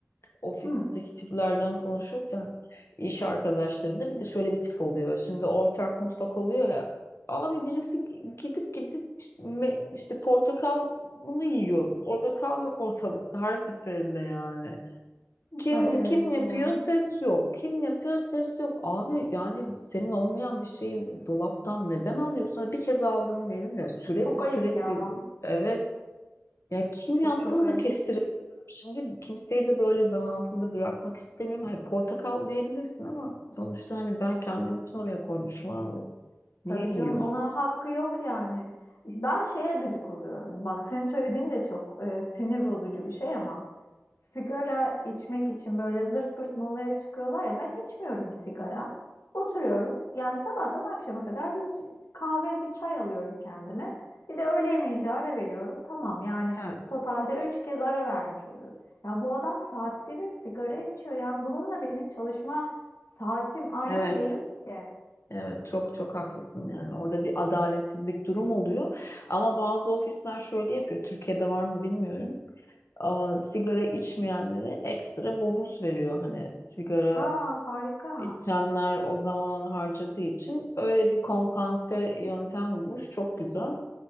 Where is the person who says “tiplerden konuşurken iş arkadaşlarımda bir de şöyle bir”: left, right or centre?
Left